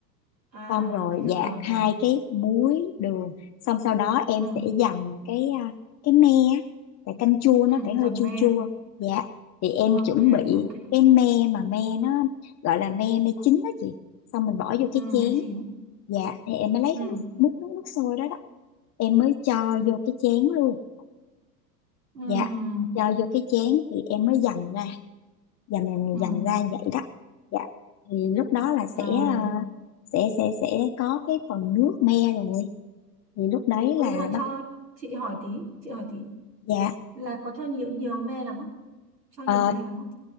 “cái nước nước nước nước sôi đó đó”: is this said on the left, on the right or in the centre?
Left